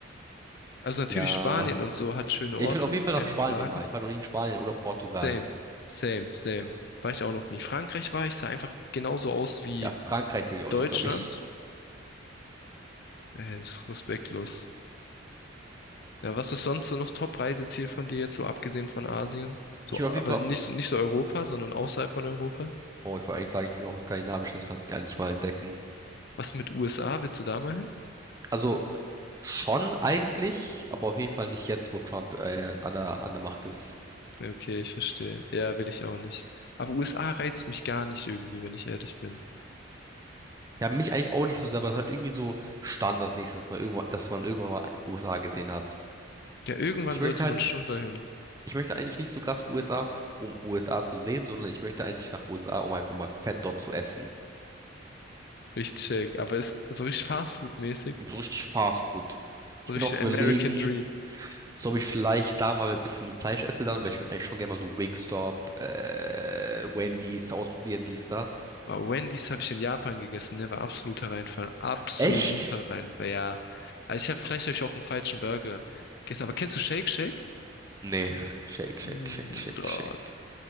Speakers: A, on the left; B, on the right.
A: Also natürlich
B: Ja.
A: Spanien und so hat schöne
B: Ja,
A: Orte
B: ich will auf
A: noch,
B: jeden Fall
A: keine
B: nach Spanien
A: Frage.
B: mal. Ich war noch nie in Spanien oder Portugal.
A: Same, same, same. War ich auch noch nie. Frankreich war ich, sah einfach genauso aus wie
B: Ja, Frankreich will ich auch
A: Deutschland.
B: nicht, glaube ich.
A: Ey, das ist respektlos. Ja, was ist sonst so noch Top-Reiseziel von dir jetzt, so abgesehen von Asien?
B: Ich
A: So,
B: will
A: aber
B: auf jeden Fall,
A: nicht, so- nicht so Europa, sondern außerhalb von Europa?
B: oh, ich wollte eigentlich sagen, ich will auch ein skandinavisches Land eigentlich mal entdecken.
A: Was mit USA? Willst du da mal hin?
B: Also schon eigentlich, aber auf jeden Fall nicht jetzt, wo Trump äh, an der, an der Macht ist.
A: Okay, ich verstehe. Ja, will ich auch nicht. Aber USA reizt mich gar nicht irgendwie, wenn ich ehrlich bin.
B: Ja, mich eigentlich auch nicht so sehr, aber es ist halt irgendwie so standardmäßig, dass man irgendwann, dass man irgendwann mal USA gesehen hat.
A: Ja, irgendwann
B: Ich möchte
A: sollte
B: halt,
A: man schon dahin.
B: ich möchte eigentlich nicht so krass USA, f- um USA zu sehen, sondern ich möchte eigentlich nach USA, um einfach mal fett dort zu essen.
A: Ich check. Aber ist so richtig Fastfood-mäßig.
B: Und so richtig Fast Food. Ich
A: So
B: bin
A: richtig
B: auch überlegen,
A: American Dream.
B: so ob ich vielleicht da mal ein bisschen Fleisch esse dann, weil ich würde eigentlich schon gerne mal so Wingstop, äh, Wendy's ausprobieren, dies, das.
A: Aber Wendy's habe ich in Japan gegessen, ne? War absoluter Reinfall. Absoluter
B: Echt?
A: Reinfall, ja. Also ich habe vielleicht habe ich auch einen falschen Burger gegessen. Aber kennst du Shake Shack?
B: Nee. Shake, shake,
A: Uh,
B: shake, shake,
A: da-
B: shake.